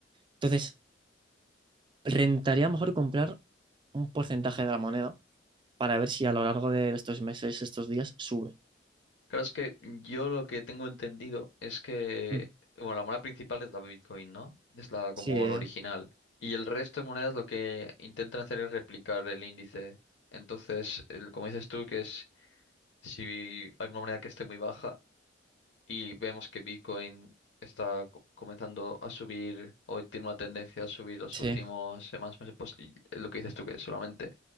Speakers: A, on the right; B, on the left.
A: Entonces, rentaría mejor comprar un porcentaje de la moneda para ver si a lo largo de estos meses, estos días, sube.
B: Claro, es que yo lo que tengo entendido es que,
A: Mm.
B: bueno, la moneda principal es la Bitcoin, ¿no? Es la
A: Sí,
B: como
A: eh,
B: la original. Y el resto de monedas lo que intentan hacer es replicar el índice. Entonces, el- como dices tú, que es si hay una moneda que esté muy baja, y vemos que Bitcoin está co- comenzando a subir, hoy tiene una tendencia a subir los
A: sí.
B: últimos semanas, meses, pues y lo que dices tú, que solamente